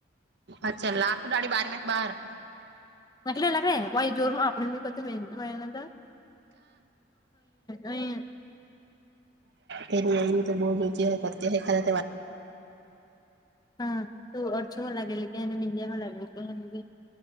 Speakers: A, on the right (about 65°); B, on the left (about 20°).
A: અચ્છા, લાખો દાઢડી બારીની બહાર.
B: મ <unintelligible> અહીંયા
A: એ એવી તો બ ચ <unintelligible> ખા <unintelligible>
B: હમ. તું અર્જુન લાગેલી કે, મંદિયા? હ, લાગેલી કે કે